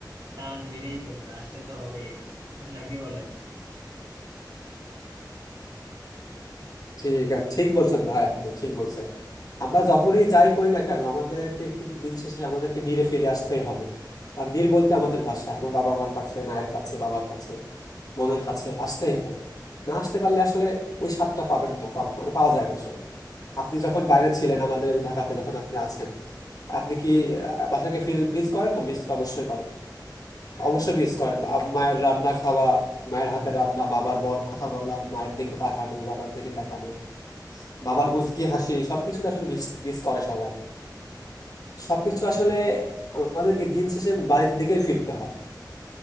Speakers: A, on the right; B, on the left.
A: টান বেড়েই চলবে আসতে তো হবেই এখানে <laughs> নাকি বলেন
B: ঠিক আছে ঠিক বলছেন ভাই আপনি ঠিক বলছেন আমরা যখনই যাই করি না কেন আমাদেরকে কিন্তু দিন শেষে আমাদেরকে নিরে ফিরে আসতেই হবে আর নির বলতে আমাদের ভাষা আমার বাবা মার কাছে মায়ের কাছে বাবার কাছে বোনের কাছে আসতেই হবে না আসতে পারলে আসলে ওই স্বাদটা পাবেন না পাব- মানে পাওয়া যায় না আসলে আপনি যখন বাইরে ছিলেন আমাদের এই ঢাকাতে যখন আপনি আছেন আপনি কি আহ, বাসাকে ফিল মিস করেন না মিস অবশ্যই করেন
A: হ্যাঁ
B: অবশ্যই
A: অবশ্যই।
B: মিস করেন আব- মায়ের রান্না খাওয়া মায়ের হাতের রান্না বাবার বল কথা বলা মায়ের দিকে তাকানো বাবার দিকে তাকানো বাবার কুঁচকি হাসি সবকিছুতে আসলে মিস মিস করে সবাই সবকিছু
A: হ্যাঁ
B: আসলে আমাদেরকে দিন শেষে বাড়ির দিকেই ফিরতে হয়